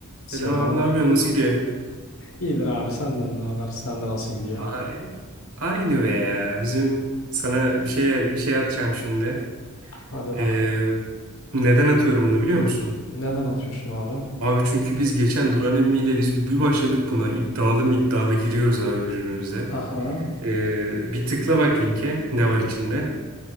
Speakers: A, on the left (about 70°); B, on the right (about 80°).
A: Selam
B: Selam abi
A: abi.
B: ne yapıyorsun? Nasıl gidiyor?
A: İyidir abi senden ne haber? Sende nasıl gidiyor?
B: Ay- aynı be ya. Bizim sana bir şey bir şey atacağım şimdi.
A: Hadi bakalım.
B: Ee, neden atıyorum bunu biliyor musun?
A: Neden atıyorsun abi?
B: Abi çünkü biz geçen Duran emmiyle biz bir başladık buna. İddialı mı iddialı giriyoruz abi birbirimize.
A: Aha.
B: Ee, bir tıkla bak linke ne var içinde.